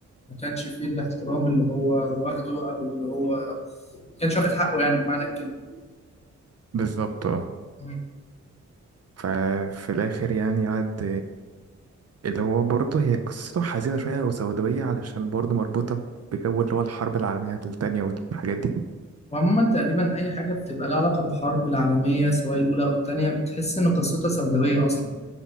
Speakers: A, on the left; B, on the right.
A: ما كانش فيه الاحترام اللي هو واخده او اللي هو ما كانش واخد حقه يعني بمعنى الكلمه
B: بالظبط اه
A: مم.
B: ففي الآخر يعني قعد اللي هو برضه هي قصته حزينة شوية أو سوداوية علشان برضه مربوطة بجو اللي هو الحرب العالمية التانية والحاجات دي
A: وعموما تقريبا اي حاجه بتبقى لها علاقه بحرب العالميه سواء الاولى او الثانيه بتحس ان قصتها سوداويه اصلا